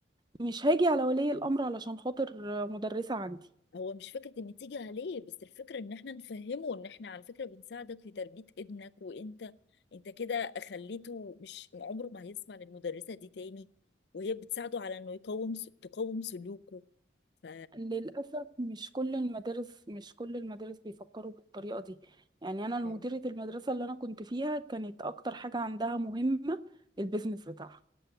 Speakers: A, on the right (about 25°); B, on the left (about 60°).
A: مش هاجي على ولي الامر علشان خاطر مدرسه عندي
B: هو مش فكرة ان تيجي عليه بس الفكرة ان احنا نفهمه ان احنا على فكرة بنساعدك في تربية ابنك وانت انت كده خليته مش عمره ما هيسمع للمدرسة دي تاني وهي بتساعده على انه يقوم س- تقوم سلوكه ف
A: للاسف مش كل المدارس مش كل المدارس بيفكروا بالطريقه دي يعني انا مديره
B: إيه.
A: المدرسه اللي انا كنت فيها كانت اكتر حاجه عندها مهمه البيزنس بتاعها